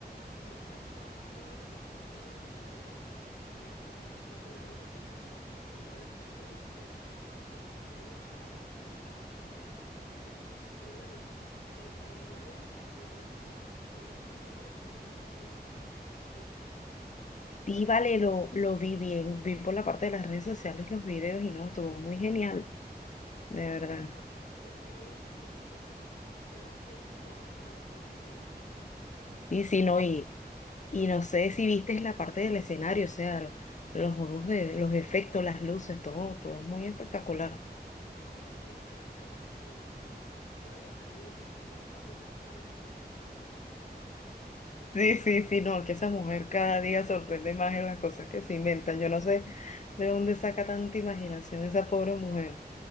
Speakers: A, on the left; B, on the left.
A: me encanta todo en español, en inglés y ahora me está gustando un poco la música en francés, aunque no hablo francés, <laughs> pero me gusta y me gustaría eh, aprender. Pero bueno, dentro de la música que me gusta, eh, viste que ahora estuvo Lady Gaga en Brasil.
B: Y vale, lo, lo vi bien, vi por la parte de las redes sociales los videos y no, estuvo muy genial, de verdad.
A: Sí, increíble el concierto y demasiada gente y demasiada producción.
B: Sí, sí, no, y, y no sé si viste la parte del escenario, o sea, lo- los juegos de los efectos, las luces, todo, todo muy espectacular.
A: Sí, me encantó y, y el vestuario también, que tenía como una falda gigante de donde bajaba.
B: Sí, sí, sí, no, que esa mujer cada día sorprende más en las cosas que se inventan. Yo no sé de dónde saca tanta imaginación esa pobre mujer.